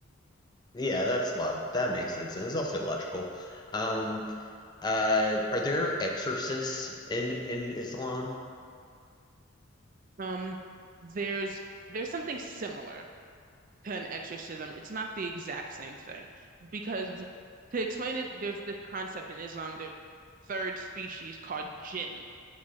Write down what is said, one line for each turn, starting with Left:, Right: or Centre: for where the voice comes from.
Left: Yeah, that's log that makes sense, and it's also logical. Um, Uh, are there exorcists in in Islam?
Right: Um, there's there's something similar to an exorcism. It's not the exact same thing because to explain it, there's this concept in Islam, the third species called jinn.